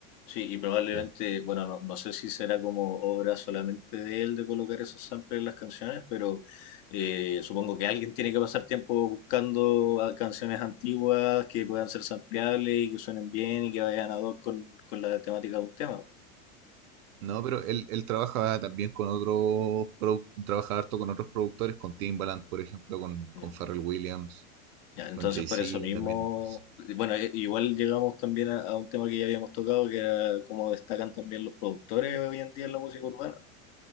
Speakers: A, on the left; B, on the right.
A: Sí, y probablemente,
B: ya.
A: bueno, no, no sé si será como obra solamente de él de colocar esos samples en las canciones, pero eh, supongo que alguien tiene que pasar tiempo buscando a- canciones antiguas que puedan ser sampleables y que suenen bien y que vayan ad hoc con, con la temática de un tema.
B: No, pero él, él trabaja también con otros, produ- trabaja harto con otros productores, con Timbaland, por ejemplo, con,
A: Ya.
B: con Pharrell Williams,
A: Ya, entonces
B: con Jay-Z
A: por eso mismo,
B: también, entonces.
A: bueno, eh, igual llegamos también a, a un tema que ya habíamos tocado, que era cómo destacan también los productores hoy en día en la música urbana.